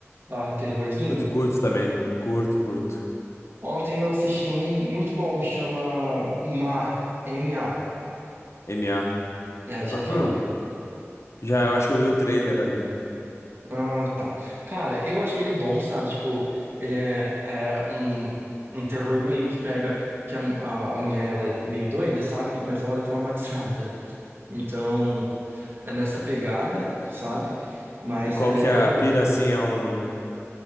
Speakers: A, on the right (about 50°); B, on the left (about 65°).
A: barra terrorzinho?
B: Curto, curto também. Curto, curto.
A: Ontem eu assisti um muito bom, chama Ma, M-A.
B: M A
A: É, já
B: Aham.
A: viu?
B: Já, eu acho que eu vi o trailer ali.
A: Ah, tá. Cara, eu achei ele bom, sabe? Tipo, ele é, é um, um terror meio que pega que a, a, a mulher ela é meio doida, sabe? Mas ela é traumatizada. Então, é nessa pegada, sabe? Mas
B: E qual
A: é,
B: que é
A: eu.
B: a pira, assim, é um...